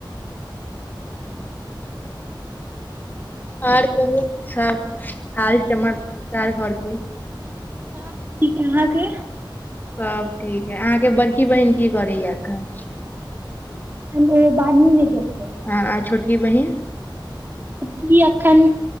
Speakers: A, on the left; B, on the right.
A: आर कहू सब हाल चमककार घर के
B: सब ठीक यऽ अहाँ केँ
A: सब ठीक है अहाँकेँ बड़की बहिन की करैया एखन
B: अखन ओ बारहवीं में गेल यऽ
A: हँऽ आ छोटी की बहिन
B: छोटकी एखन